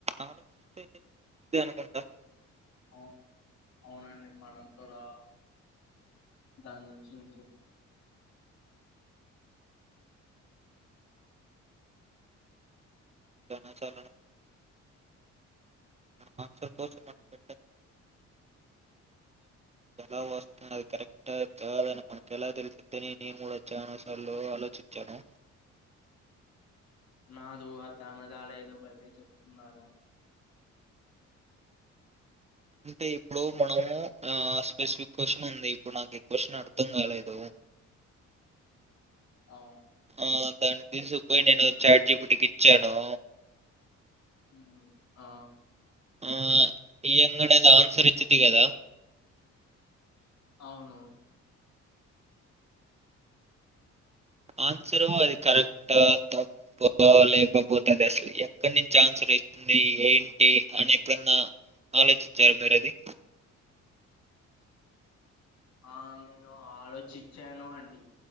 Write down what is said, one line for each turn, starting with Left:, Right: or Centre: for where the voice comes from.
Right: అస్తే అనుకంట
Left: అ అవునండి మనకు కూడా దాని నుంచి <inaudible>
Right: చనా చాల మన్స పోస పెట్ట ఎలా వస్తుంది అది కరెక్టా కాదని మనకు ఎలా తెలుసిద్దని నేను కూడా చ్చానాసార్లు ఆలోచించాను
Left: నాదు అద్దామ రాలేదు మళ్ళీ చెప్తున్నారా
Right: అంటే ఇప్పుడు మనము ఆ స్పెసిఫిక్ క్వశ్చన్ ఉంది ఇప్పుడు నాకి క్వశ్చన్ అర్థం కాలేదు.
Left: అవు
Right: ఆ దాన్ని తీసుకుపోయి నేను చాజీప్టికి ఇచ్చాను
Left: ఉమ్ ఆ
Right: ఆ ఇయ్యంగానే అది ఆన్సర్ ఇచ్చిదీ గాద
Left: అవును
Right: ఆన్సర్ అది కరెక్ట్ తప్ప లేకపోతుంది అసలు ఎక్కడి నించి ఆన్సర్ ఉంటుంది ఏంటి అని ఎప్పుడన్నా ఆలోచించారా మీరు అది
Left: ఆ నేను ఆలోచించాను అండి